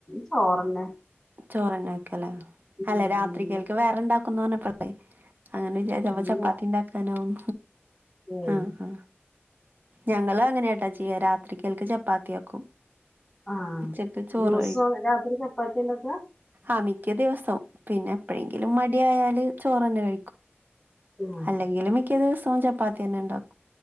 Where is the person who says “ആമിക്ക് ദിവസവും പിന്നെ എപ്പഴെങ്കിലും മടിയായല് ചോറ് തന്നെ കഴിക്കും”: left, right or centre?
Right